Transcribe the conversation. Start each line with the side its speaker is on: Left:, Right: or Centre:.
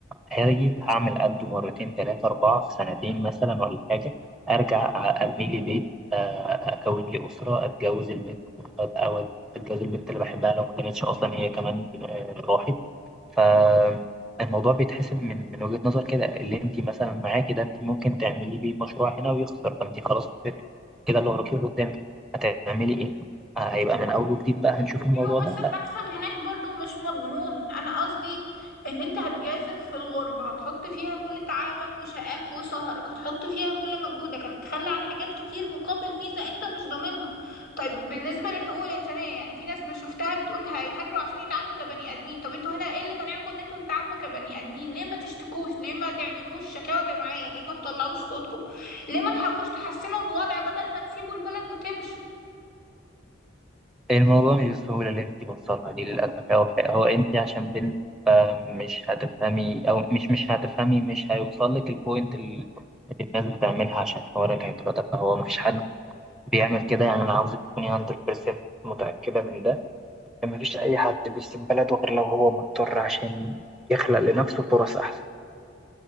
Centre: هاجي هعمل قده مرتين تلاتة أربعة في سنتين مثلا ولا حاجة أرجع أ- أبني لي بيت آه، أكون لي أسرة أتجوز البنت أبقى أود أتجوز البنت اللي بحبها لو ما كانتش أصلا هي كمان آه، راحت فالموضوع بيتحسب من من وجهة نظر كده اللي أنت مثلا معاكي ده أنت ممكن تعملي بيه مشروع هنا ويخسر فأنت خلاص كده اللي وراكي واللي قدامك هتعملي إيه؟ آه، هيبقى من أول وجديد بقى هنشوف الموضوع
Left: ايوه
Centre: ده
Left: بس المكسب هناك برضو مش مضمون انا قصدي ان انت هتجازف في الغربة هتحط فيها كل تعبك وشقاك وسهرك هتحط فيها كل مجهودك هتتخلى عن حاجات كتير مقابل ميزة انت مش ضامنها طيب بالنسبة للحقوق الانسانية يعني في ناس بشوفتها بتقول هيهاجروا عشان يتعاملوا كبني ادمين طب انتوا هنا ايه اللي منعكم ان انتوا تتعاملوا كبني ادمين ليه ما تشتكوش ليه ما تعملوش شكاوى جماعية ليه ما تطلعوش صوتكم ليه ما تحاولوش تحسنوا الوضع بدل ما تسيبوا البلد وتمشوا
Centre: الموضوع مش بالسهولة اللي انت بتصلها دي للأسف هو, هو انت عشان بنت مش هتفهمي أو مش مش هتفهمي مش هيوصل لك البوينت اللي الناس بتعملها عشان حوار الهجرة ده فهو مفيش حد بيعمل كده يعني أنا عاوزك تكوني 100% متأكدة من ده إن مفيش أي حد بيسيب بلده غير لو هو مضطر عشان يخلق لنفسه فرص أحسن